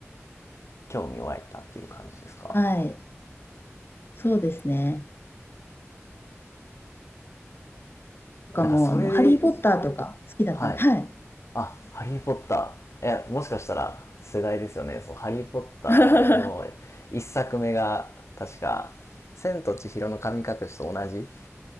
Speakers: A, on the left (about 75°); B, on the left (about 50°).
A: 興味を湧いたっていう感じですか
B: はい。そうですね。とかもう、
A: なんかそれで、
B: あの、ハリー・ポッターとか好きだったんで、
A: はい。
B: はい。
A: あ、ハリーポッター。え、もしかしたら世代ですよね。そう、ハリーポッターの一作目が、
B: <laughs>
A: 確か、千と千尋の神隠しと同じ